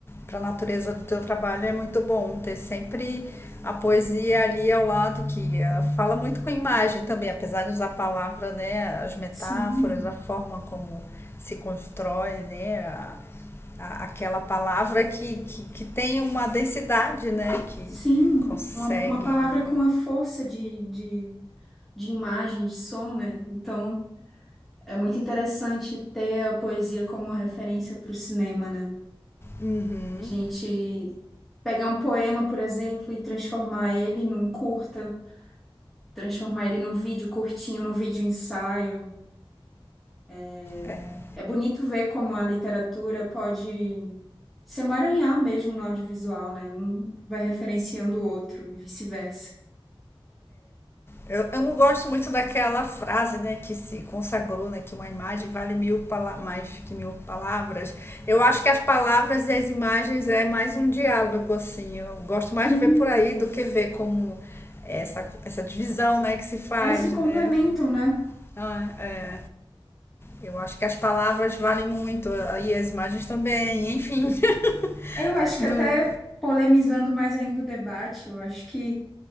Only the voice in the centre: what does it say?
Sim,
sim.
Uma, uma palavra com a força de, de, de imagem, de som, né? Então, é muito interessante ter a poesia como uma referência para o cinema, né?
A gente pegar um poema, por exemplo, e transformar ele num curta transformar ele num vídeo curtinho, num vídeo ensaio. É
é bonito ver como a literatura pode se emaranhar mesmo no audiovisual, né? Um vai referenciando o outro e vice-versa.
Sim.
Elas se complementam,
né?
Eu acho que
até polemizando mais ainda o debate, eu acho que